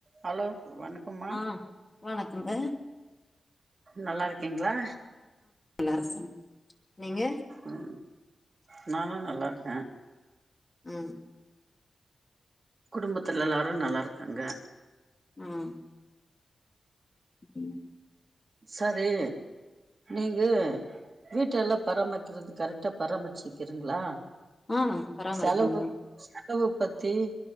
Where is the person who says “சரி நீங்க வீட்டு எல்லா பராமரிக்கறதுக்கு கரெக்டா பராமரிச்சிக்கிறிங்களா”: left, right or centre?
Right